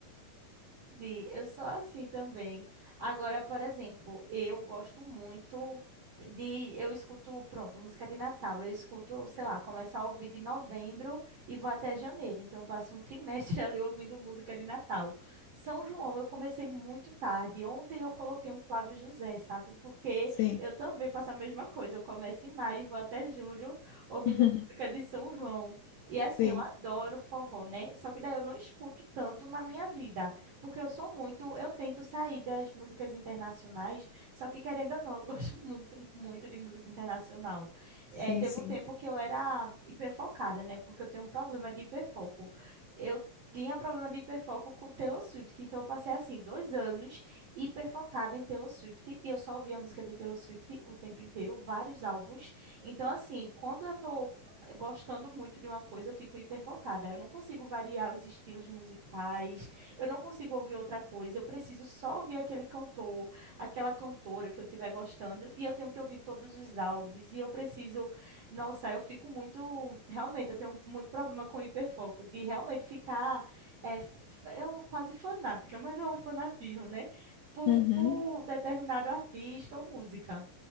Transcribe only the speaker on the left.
sim,
<laughs>
sim,
sim.
sim.
Uhum.